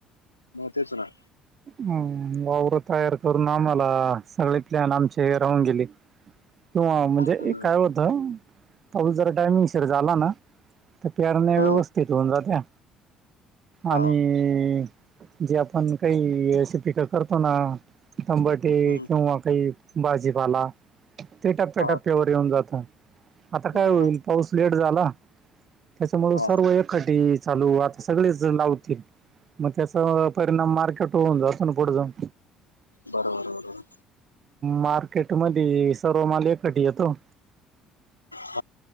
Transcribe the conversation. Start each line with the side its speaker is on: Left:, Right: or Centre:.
Left: म तेच ना
Right: ह वावरवर तयार करून आम्हाला सगळे प्लॅन आमचे हे राहून गेले किंवा म्हणजे
Left: हम्म
Right: काय होतं. पाऊस जर टायमिंग शीर झाला ना तर पेरण्या.
Left: हा
Right: व्यवस्थित होऊन जात्या
Left: हा
Right: आणि. जे आपण काही असे पिक करतो ना तंबाटे
Left: हम्म
Right: किंवा काही. भाजीपाला ते टप्प्या
Left: हा
Right: टप्पयावर येऊन जात. आता काय
Left: बरोबर
Right: होईल पाऊस लेट झाला त्याच्यामुळे
Left: हा
Right: सर्व
Left: हा.
Right: एक कटी चालू आता सगळेच लावतील. मग त्याचा परिणाम मार्केट होऊन जातो ना पुढ जाऊन.
Left: बरोबर बरोबर.
Right: मार्केट मध्ये सर्वमाल एक खट्टी येतो.
Left: ह.